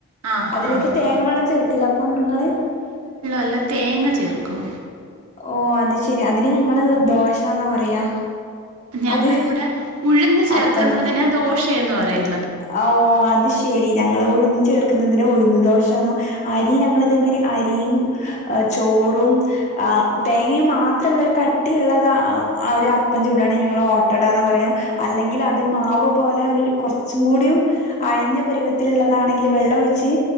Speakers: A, on the right; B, on the left.
A: ആ
B: അതിലേക്ക്
A: ആ
B: തേങ്ങ
A: ആ
B: വെള്ളം ചേർക്ക്ല്ല അപ്പം നിങ്ങള്
A: ല്ല തേങ്ങ ചേർക്കും
B: ഓ അത് ശരി അതിന് ഞങ്ങള് ദോഷാന്നാ പറയാ
A: ഞങ്ങ്ട്
B: അത്
A: വിടെ ഉഴ്ന്ന് ചേർക്കുന്നതിന്
B: അപ്പന്ന്
A: ദോഷ എന്ന് പറയും
B: ഓ അത് ശെരി ഞങ്ങളുന് ചേർക്കുന്നതിന് ഉഴുന്ന് ദോഷന്നൊ അരി ഞങ്ങളതേമാതിരി അരിയും ചോറും ആഹ് തേങ്ങം മാത്രള്ള ഒരു കട്ടിയുള്ളതാആ <unintelligible> ഒരു അപ്പം ചൂടണെങ്കിൽ ഞങ്ങൾ ഓട്ടടന്ന് പറയും അല്ലെങ്കിൽ അത് മാവ് പോലെ ഒരു കുറ കുറച്ചും കൂടിയും അഴിഞ്ഞ പരിവത്തില്ള്ളതാണെങ്കി വെള്ള ഒഴിച്ച്